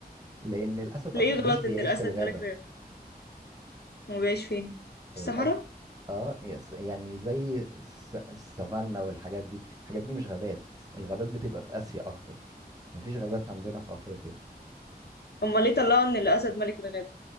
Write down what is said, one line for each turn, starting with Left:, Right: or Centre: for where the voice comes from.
Right: لأن الأسد
Left: ليه
Right: أصلا
Left: غلط
Right: مش بيعيش
Left: ان الاسد
Right: في الغابة
Left: ملك الغابه ما هو بيعيش فين في
Right: الأس
Left: الصحراء
Right: اه يس- يعني زي الس- السافانا والحاجات دي الحاجات دي مش غابات الغابات بتبقى في آسيا أكتر مفيش غابات عندنا في أفريقيا
Left: امال ليه طلعوا ان الاسد ملك الغابه